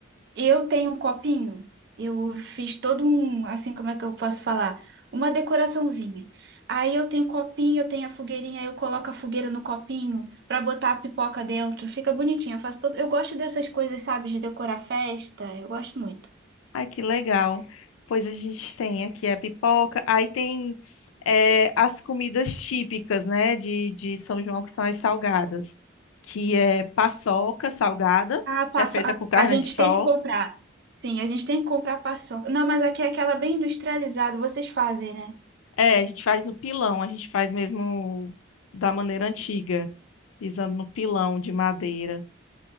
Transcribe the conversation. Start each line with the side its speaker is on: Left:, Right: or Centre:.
Right: E Eu tenho um copinho. Eu fiz todo um, assim, como é que eu posso falar? Uma decoraçãozinha. Aí eu tenho copinho, eu tenho a fogueirinha, aí eu coloco a fogueira no copinho pra botar a pipoca dentro. Fica bonitinho. Eu faço todo, eu gosto dessas coisas, sabe, de decorar festa. Eu gosto muito.
Left: Ai, que legal. Pois a gente tem aqui a pipoca, aí tem eh, as comidas típicas, né, de, de São João, que são as salgadas, que é paçoca salgada,
Right: Ah, passo,
Left: que é feita
Right: a,
Left: com carne
Right: a gente
Left: de sol.
Right: tem que comprar. Sim, a gente tem que comprar paçoca. Não, mas aqui é aquela bem industrializada, vocês fazem, né?
Left: É, a gente faz no pilão, a gente faz mesmo da maneira antiga, pisando no pilão de madeira.